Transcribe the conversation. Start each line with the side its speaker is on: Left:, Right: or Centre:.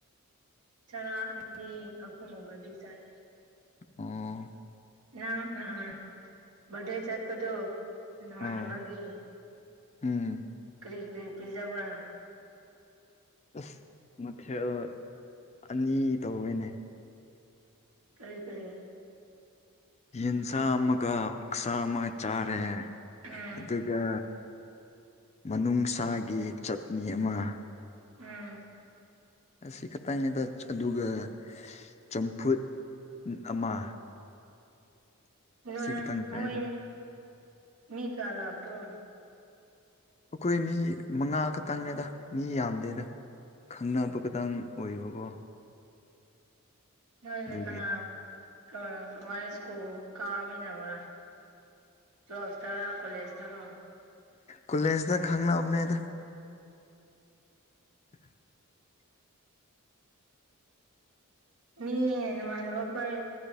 Right: ꯆꯔꯥ ꯑꯅꯤ ꯑꯍꯨꯝꯒꯨꯝꯕꯗꯤ ꯆꯥꯢ
Left: ꯑꯣ
Right: ꯅꯪ ꯅꯍꯥꯟ ꯚ꯭ꯔꯠꯗꯦ ꯆꯠꯄꯗꯨ ꯅꯃꯥꯟꯅꯕꯒꯤ
Left: ꯑꯣ ꯎꯝ
Right: ꯀꯔꯤ ꯀꯔꯤ ꯄꯤꯖꯕ꯭ꯔꯥ
Left: ꯑꯁ ꯃꯊꯦꯜ ꯑꯅꯤ ꯇꯧꯋꯦꯅꯦ
Right: ꯀꯔꯤ ꯀꯔꯤ
Left: ꯌꯦꯟꯁꯥ ꯑꯃꯒ ꯑꯣꯛꯁꯥ ꯑꯃꯒ ꯆꯥꯔꯦ
Right: ꯎꯝ
Left: ꯑꯗꯨꯒ ꯃꯅꯨꯡꯁꯥꯒꯤ ꯆꯠꯅꯤ ꯑꯃꯒ
Right: ꯎꯝ
Left: ꯑꯁꯤ ꯈꯛꯇꯪꯅꯦꯗ ꯑꯗꯨꯒ ꯆꯝꯐꯨꯠ ꯎꯝ ꯑꯃ
Right: ꯅꯣꯏ
Left: ꯁꯤꯈꯛꯇꯪ ꯆꯥꯏꯗ
Right: ꯃꯣꯏ ꯃꯤ ꯀꯌꯥ ꯂꯥꯛꯄ꯭ꯔꯣ
Left: ꯑꯩꯈꯣꯏ ꯃꯤ ꯃꯉꯥ ꯈꯛꯇꯪꯅꯦꯗ ꯃꯤ ꯌꯥꯝꯗꯦꯗ ꯈꯪꯅꯕ ꯈꯇꯪ ꯑꯣꯏꯕꯀꯣ
Right: ꯅꯣꯏꯗ
Left: ꯑꯗꯨꯒꯤ
Right: ꯀꯅꯥ ꯑꯥ ꯀꯃꯥꯏ ꯁ꯭ꯀꯨꯜ ꯀꯥꯃꯤꯟꯅꯕ꯭ꯔꯥ ꯇ꯭ꯋꯦꯜꯐ ꯇꯔ ꯀꯣꯂꯦꯖꯇꯔꯣ
Left: ꯀꯂꯦꯁꯗ ꯈꯪꯅꯕꯅꯦꯗ <inaudible> <inaudible>
Right: ꯃꯤ ꯅꯃꯥꯟꯅꯕꯈꯣꯏ